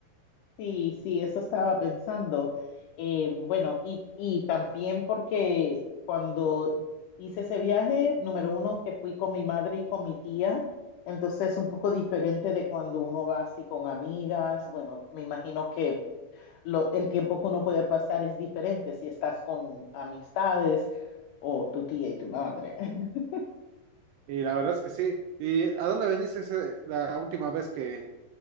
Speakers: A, on the left (about 80°); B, on the right (about 80°).
A: Sí, sí, eso estaba pensando. Eh, bueno, y, y también porque cuando hice ese viaje, número uno, que fui con mi madre y con mi tía, entonces es un poco diferente de cuando uno va así con amigas. Bueno, me imagino que lo, el tiempo que uno puede pasar es diferente si estás con amistades o tu tía y tu madre. <laughs>
B: Y la verdad es que sí. ¿Y a dónde veniste ese- la última vez que,